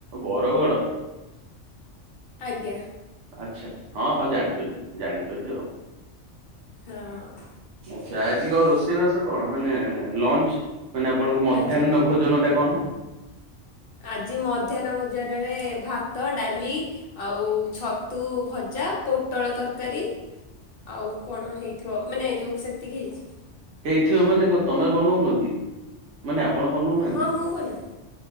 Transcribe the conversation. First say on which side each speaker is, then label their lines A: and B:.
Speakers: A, on the right (about 75°); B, on the left (about 55°).
A: ବରଗଡ।
B: ଆଜ୍ଞା।
A: ଆଚ୍ଛା ଆଚ୍ଛା ହଁ ହଁ ଜାଣିପାରିଲି ଜାଣିପାରିଲି ଆଉ।
B: ହଁ।
A: ଆଚ୍ଛା ଆଜି କଣ ରୋଷେଇ ବାସ କଣ? ମାନେ ଲଞ୍ଚ ମାନେ ଆପଣଙ୍କ ମଧ୍ୟାହ୍ନ
B: ଆଜି
A: ଭୋଜନ ଟା କଣ?
B: ଆଜି ମଧ୍ୟାହ୍ନ ଭୋଜନରେ ଭାତ ଡାଲି, ଆଉ ଛତୁ ଭଜା, ପୋଟଳ ତରକାରୀ ଆଉ କଣ ହେଇଥିବ ମାନେ ଯୋଉ ସେତିକି ହେଇଛି।
A: ହେଇଥିବ ମାନେ କଣ? ତମେ ବନଉନ କି? ମାନେ ଆପଣ ବନଉନାହାଁନ୍ତି?
B: ହଁ ମୁଁ ବନାଏ।